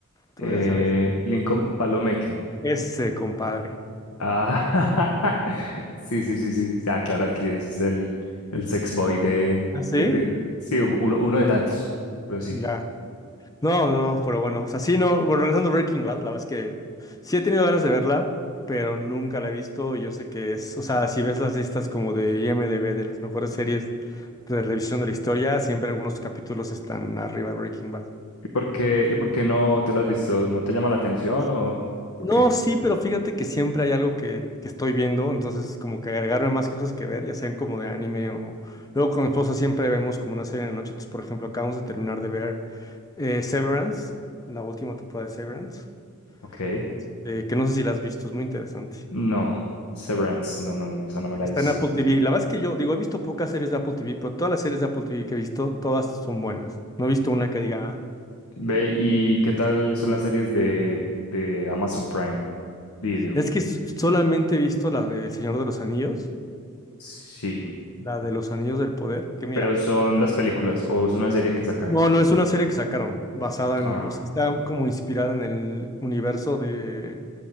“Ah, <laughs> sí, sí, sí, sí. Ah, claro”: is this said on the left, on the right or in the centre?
Left